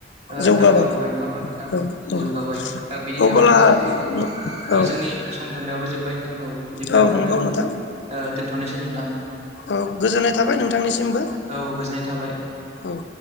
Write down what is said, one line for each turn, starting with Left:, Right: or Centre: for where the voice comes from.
Right: ओ
Left: जौगाबाय
Right: दावगाबोबाय नङा होमबा नोंथाङा
Left: औ
Right: जौगाबाय
Left: औ
Right: बिनि थाखायनो
Left: अब्ला
Right: जों
Left: औ
Right: खोब ओ जोंनि समफोनदाबो जोब्बाय नोंथां औ बिदिब्ला
Left: औ
Right: बेयावनो
Left: नंगौ नोंथां
Right: दोन्थ'नोसै नोंथां
Left: औ गोजोननाय थाबाय नोंथांनिसिमबो
Right: औ गोजोननाय थाबाय
Left: औ‌